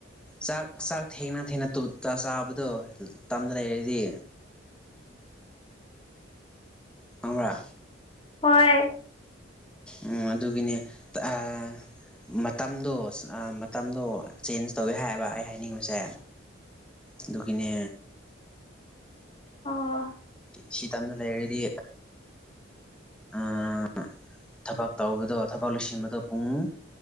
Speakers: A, in the centre; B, on the left.
A: ꯆꯥꯛ ꯆꯥꯛ ꯊꯦꯡꯅ ꯊꯦꯡꯅ ꯇꯨ ꯆꯥꯕꯗꯣ ꯇꯝꯗ ꯂꯩꯔꯗꯤ
B: <inaudible>
A: ꯈꯪꯕ꯭ꯔꯥ
B: ꯍꯣꯏ
A: ꯎꯝ ꯑꯗꯨꯒꯤꯅꯦ ꯑ ꯃꯇꯝꯗꯣ ꯃꯇꯝꯗꯣ ꯆꯦꯟꯖ ꯇꯧꯋꯦ ꯍꯥꯏꯌꯦꯕ ꯑꯩ ꯍꯥꯏꯅꯤꯡꯕꯁꯦ ꯑꯗꯨꯒꯤꯅꯦ
B: ꯑꯣ
A: ꯁꯤꯇꯝꯗ ꯂꯩꯔꯗꯤ ꯑꯥ ꯊꯕꯛ ꯇꯧꯕꯗꯣ ꯊꯕꯛ ꯂꯤꯁꯤꯟꯕꯗꯣ ꯄꯨꯡ